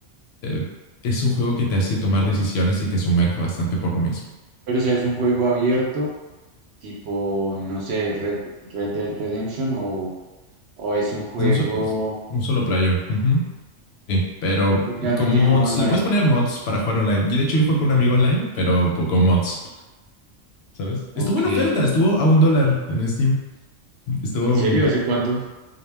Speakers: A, on the left; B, on the right.
A: Eh, es un juego que te hace tomar decisiones y te sumerge bastante por lo mismo.
B: Pero o sea, es un juego abierto, tipo, no sé, Red, Red Dead Redemption o, o es un juego,
A: Es un, so- es un solo player. Ujú. Sí, pero
B: o que- o sea,
A: con
B: no
A: mods,
B: tiene modo online.
A: le puedes poner mods para jugar online. Y de hecho, yo juego con un amigo online, pero con mods, ¿sabes?
B: Ok.
A: Estuvo en oferta, estuvo a un dólar en Steam. Estuvo
B: ¿En serio? ¿Hace cuánto?